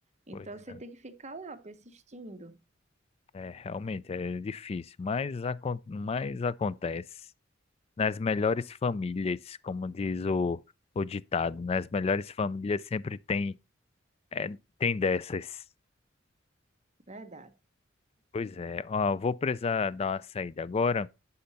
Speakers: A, on the right; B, on the left.
A: Então
B: Pois
A: você
B: é,
A: tem que ficar lá persistindo.
B: é realmente é difícil, mas, acon mas acontece. Nas melhores famílias, como diz o, o ditado, nas melhores famílias sempre tem, é, tem dessas.
A: Verdade.
B: Pois é, ó, vou precisar dar uma saída agora.